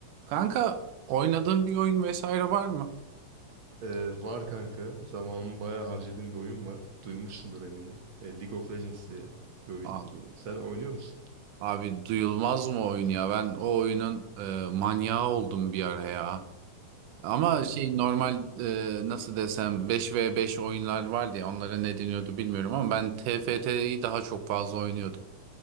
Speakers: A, on the right; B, on the right.
A: Kanka oynadığın bir oyun vesaire var mı?
B: Ee, var kanka. Zamanımı bayağı harcadığım bir oyun var. Duymuşsundur eminim. Ee, League of Legends diye bir oyun.
A: Abi
B: Sen oynuyor musun?
A: abi duyulmaz mı oyun ya? Ben o oyunun e, manyağı oldum bir ara ya. Ama
B: Ee,
A: şey normal
B: Hı.
A: e, nasıl desem beş ve beş oyunlar vardı ya onlara ne deniyordu bilmiyorum ama ben T F T'yi daha çok fazla oynuyordum.